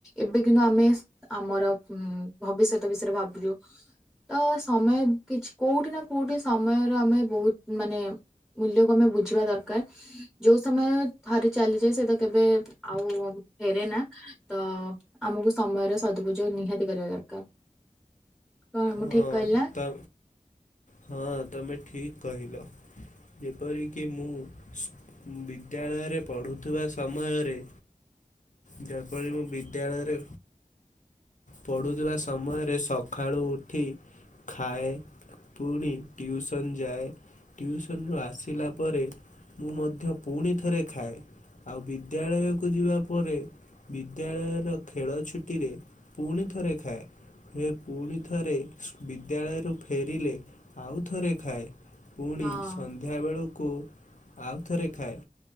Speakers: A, in the centre; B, on the left (about 60°).
A: ଏବେ କିନ୍ତୁ ଆମେ ଆମର ଉଁ ଭବିଷ୍ୟତ ବିଷୟରେ ଭାବୁଚୁ। ତ ସମୟ କିଛି କୋଉଠି ନାଁ କୋଉଠି ସମୟରୁ ଆମେ ବୋହୁତ ମାନେ ମୂଲ୍ୟକୁ ଆମେ ବୁଝିବା ଦରକାର। ଯୋଉ ସମୟ ଥରେ ଚାଲିଯାଏ ସେତ କେବେ ଆଉ ଫେରେ ନାଁ। ତ ଆମୁକୁ ସମୟର ସଦୁପଯୋଗ ନିହାତି କରିବା ଦରକାର। କଣ ମୁଁ
B: ହଁ
A: ଠିକ କହିଲି ନା
B: ତ ହଁ ତମେ ଠିକ୍ କହିଲ। ଯେପରି କି ମୁଁ ସ୍ ବିଦ୍ୟାଳୟରେ ପଢ଼ୁଥୁବା ସମୟରେ ଯେପରି ମୁଁ ବିଦ୍ୟାଳୟରେ ପଢ଼ୁଥିବା ସମୟରେ ସଖାଳୁ ଉଠି ଖାଏ। ପୁଣି ଟ୍ୟୁସନ୍ ଯାଏ। ଟ୍ୟୁସନ୍ ରୁ ଆସିଲା ପରେ ମୁଁ ମଧ୍ୟ ପୁଣିଥରେ ଖାଏ। ଆଉ ବିଦ୍ୟାଳୟକୁ ଯିବା ପରେ ବିଦ୍ୟାଳୟର ଖେଳ ଛୁଟିରେ ପୁଣି ଥରେ ଖାଏ ରେ ପୁଣି ଥରେ ବିଦ୍ୟାଳୟରୁ ଫେରିଲେ ଆଉ ଥରେ ଖାଏ ପୁଣି
A: ହଁ
B: ସଂ ନ୍ଧ୍ୟା ବେଳୁକୁ ଆଉ ଥରେ ଖାଏ।